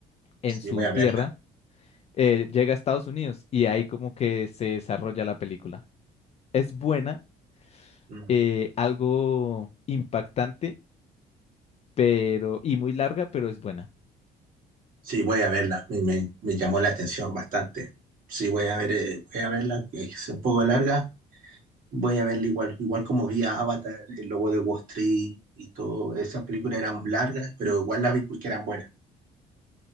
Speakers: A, on the left; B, on the right.
A: en
B: Sí,
A: su
B: voy a
A: tierra
B: verla.
A: eh, llega a Estados Unidos y ahí como que se desarrolla la película. Es buena,
B: Mm.
A: eh, algo impactante, pero y muy larga, pero es buena.
B: Sí, voy a verla. Me, me- me llamó la atención bastante. Sí, voy a ver, eh, voy a verla, que es un poco larga. Voy a verla igual. Igual como vi a Avatar, El Lobo de Wall Street y todo. Esas películas eran largas, pero igual las vi porque eran buenas.